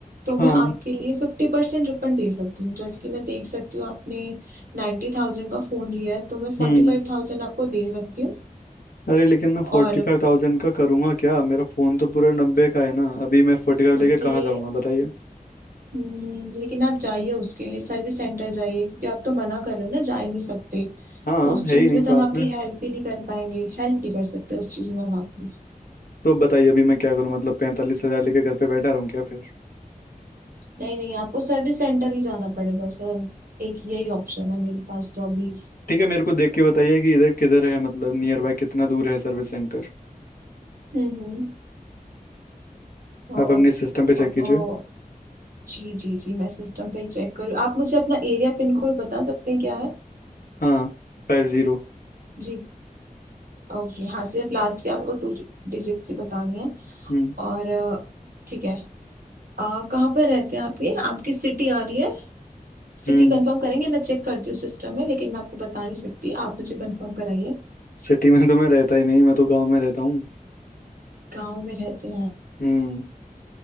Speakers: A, on the right; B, on the left.
A: तो मैं
B: हाँ
A: आपके लिए फिफ्टी परसेंट रिफंड दे सकती हूँ जैसे कि मैं देख सकती हूँ आपने 90000 थाउजेंड का फोन लिया है तो मैं फोर्टी
B: हम्म
A: फाइव थाउजेंड आपको दे सकती हूँ
B: अरे लेकिन मैं फोर्टी
A: और
B: फाइव थाउजेंड का करूंगा क्या मेरा फोन तो पूरा नब्बे का है ना अभी मैं फोर्टी फाइव
A: उसके
B: लेके कहाँ
A: लिए
B: जाऊंगा बताइए
A: हम्म, लेकिन आप जाइए उसके लिए सर्विस सेंटर जाइए क्योंकि आप तो मना कर रहे हो ना जा ही नहीं सकते
B: हाँ
A: तो उस
B: है
A: चीज
B: ही नहीं
A: में तो
B: पास
A: हम आपकी
B: में
A: हेल्प ही नहीं कर पाएंगे हेल्प नहीं कर सकते उस चीज में हम आपकी
B: तो अब बताइए अभी मैं क्या करूँ मतलब पैंतालीस हजार लेके घर पे बैठा रहूँ क्या फिर
A: नहीं नहीं आपको सर्विस सेंटर ही जाना पड़ेगा सर एक यही ऑप्शन है मेरे पास तो अभी
B: ठीक है मेरे को देख के बताइए कि इधर किधर है मतलब नियर बाय कितना दूर है सर्विस सेंटर
A: हम्म हम्म, अ,
B: आप अपने सिस्टम पे
A: अ,
B: चेक
A: अ,
B: कीजिए
A: जी जी जी मैं सिस्टम पे ही चेक करूँ आप मुझे अपना एरिया पिन कोड बता सकते हैं क्या है
B: हाँ फाइव जीरो
A: जी ओके हाँ सिर्फ लास्ट के आपको टू डिजिट से बतानी है
B: हम्म
A: और अ, ठीक है आ, कहाँ पर रहते हैं आप ये आपकी सिटी आ रही है सिटी
B: हम्म
A: कंफर्म करेंगे मैं चेक करती हूँ सिस्टम में लेकिन मैं आपको बता नहीं सकती आप मुझे कंफर्म कराइए
B: सिटी में तो मैं रहता ही नहीं मैं तो गाँव में रहता हूँ
A: गांव में रहते हैं
B: हम्म